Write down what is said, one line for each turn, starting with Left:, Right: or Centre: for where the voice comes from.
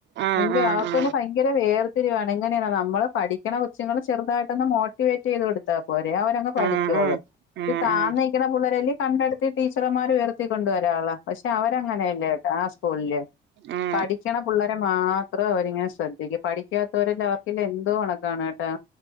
Right: ആ
Left: <unintelligible>
Right: ആ ആ
Left: അന് ഭയങ്കര വേർതിരിവാണ് ഇങ്ങനെയ നമ്മള് പഠിക്കുന്ന കുച്ചുങ്ങള്ചെറുതായിട്ടൊന്ന് മോട്ടിവേറ്റ് ചെയ്ത് കൊടു പോരേ അവരങ്ങ് പഠിച്ചോളു
Right: ആ ആ ആ ആ ഉം ഉം
Left: ഇത് താഴ്ന്ന്
Right: ഉം
Left: നിക്ക്ണ പിള്ളരെല് കണ്ടെടുത്തി ടീച്ചർമാർ ഉയർത്തി ക്കൊണ്ട് വരാറുള്ള പക്ഷെ അവരങ്ങനെയല്ലേട്ട ആ സ്കൂളില്
Right: ആഹ്
Left: പഠിക്കണേ പിള്ളേരെ മാത്രം അവര് ഇങ്ങനെ ശ്രദ്ധിക്കും, പഠിക്കാത്തവർക്ക് എല്ലാം അവർക്കില്ലേ എന്തോ കണക്കാണ് കേട്ടോ.